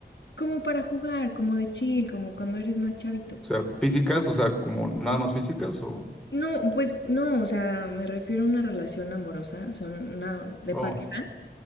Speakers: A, on the left; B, in the centre.
A: Como para jugar, como de chill, como cuando eres más chavito.
B: o sea, físicas, o sea, como nada más físicas, o.
A: No, pues no, o sea, me refiero a una relación amorosa, o sea, una de
B: Oh,
A: pareja.